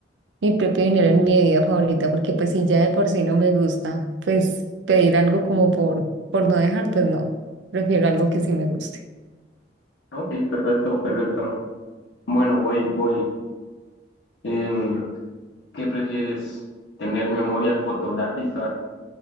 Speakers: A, on the right; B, on the left.
A: mi propio dinero en mi bebida favorita, porque pues si ya de por sí no me gusta, pues pedir algo como por, por no dejar, pues no, prefiero algo que sí me guste.
B: Ok, perfecto, perfecto. Bueno, voy, voy. Em, ¿qué prefieres? ¿Tener memoria fotográfica